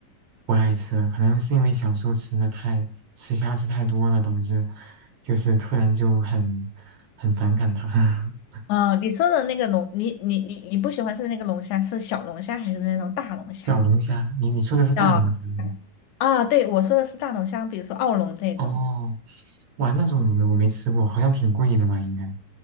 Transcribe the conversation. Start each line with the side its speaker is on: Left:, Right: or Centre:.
Right: 不爱吃了，可能是因为小时候吃的太吃虾吃太多了，导致就是突然就很很反感它。<laughs>
Left: 嗯、你说的那个龙，你你你你不喜欢吃那个龙虾，是小龙虾还是那种大龙虾？
Right: 小龙虾，你你说的是大龙虾吗？
Left: 叫啊，对，我说的是大龙虾，比如说澳龙这种。
Right: 哦，哇，那种我没我没吃过，好像挺贵的吧？应该。